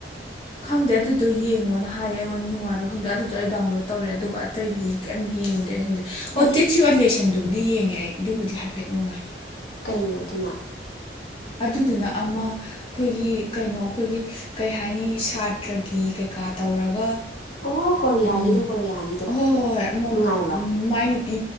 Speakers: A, on the left (about 30°); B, on the left (about 70°).
A: ꯈꯪꯗꯦ ꯑꯗꯨꯗꯣ ꯌꯦꯡꯉꯣꯅ ꯍꯥꯏꯌꯦ ꯑꯩꯉꯣꯟꯗ ꯅꯨꯡꯉꯥꯏꯕ ꯈꯪꯗꯦ ꯑꯗꯨꯗꯣ ꯑꯩ ꯗꯥꯎꯟꯂꯣꯗ ꯇꯧꯔꯛꯑꯦ ꯑꯗꯨꯒ ꯑꯇꯩꯗꯤ ꯀꯩꯝ ꯌꯦꯡꯗꯦ ꯑꯩ ꯍꯧꯖꯤꯛ
B: ꯍꯥꯏꯗꯤ
A: ꯑꯣꯇꯩ ꯆꯂꯦꯁꯟꯗ ꯑꯗꯨꯕꯨꯗꯤ ꯌꯦꯡꯉꯦ ꯑꯩ ꯑꯗꯨꯕꯨꯗꯤ ꯍꯥꯏꯐꯦꯠ ꯅꯨꯡꯉꯥꯏ
B: ꯀꯩꯅꯣ ꯑꯗꯨꯅ
A: ꯑꯗꯨꯗꯨꯅ ꯑꯃ ꯑꯩꯈꯣꯏꯒꯤ ꯀꯩꯅꯣ ꯑꯩꯈꯣꯏꯒꯤ ꯀꯩ ꯍꯥꯏꯅꯤ ꯁꯥꯇ꯭ꯔꯒꯤ ꯀꯩꯀꯥ ꯇꯧꯔꯒ
B: ꯑꯣ ꯀꯣꯔꯤꯌꯥꯒꯤꯗꯣ
A: ꯎꯝ
B: ꯀꯣꯔꯤꯌꯥꯒꯤꯗꯣ
A: ꯍꯣꯏ ꯍꯣꯏ ꯍꯣꯏ
B: ꯅꯨꯡꯉꯥꯏꯕ꯭ꯔꯥ
A: ꯃꯥꯏ ꯅꯨꯄꯤ